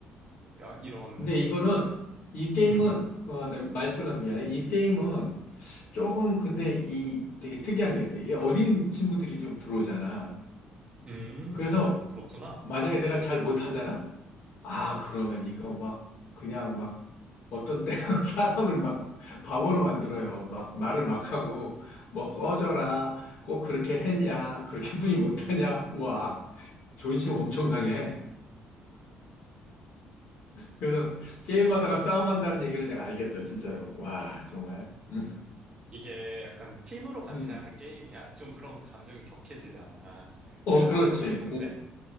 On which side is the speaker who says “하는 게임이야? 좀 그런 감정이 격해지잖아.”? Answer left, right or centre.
Right